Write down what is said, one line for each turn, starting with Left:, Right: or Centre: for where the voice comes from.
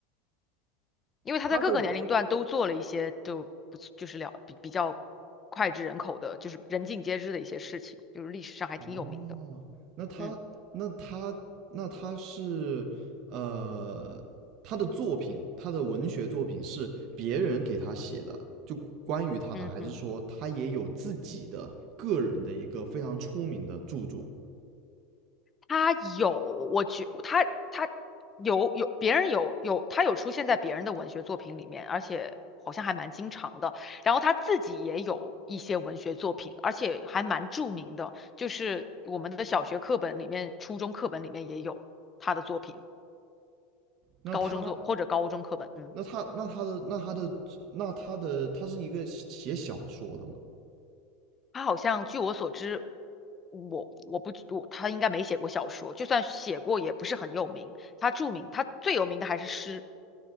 Left: 因为他在各个年龄段都做了一些就不就是了比比较
Right: 他的
Left: 脍炙人口的，就是人尽皆知的一些事情，就是历史上还挺有名的，
Right: 哦，那他那他那他是呃，
Left: 嗯
Right: 他的作品，他的文学作品是别人给他写的，就关于他的，
Left: 嗯嗯。
Right: 还是说他也有自己的个人的一个非常出名的著作？
Left: 他有，我觉他他有有别人有有他有出现在别人的文学作品里面，而且好像还蛮经常的。然后他自己也有一些文学作品，而且还蛮著名的，就是我们的小学课本里面、初中课本里面也有他的作品，
Right: 那他
Left: 高中作或者高中课本，嗯，
Right: 那他那他的那他的那他的他是一个写写小说的吗？
Left: 他好像据我所知。我我不我他应该没写过小说，就算写过也不是很有名。他著名，他最有名的还是诗。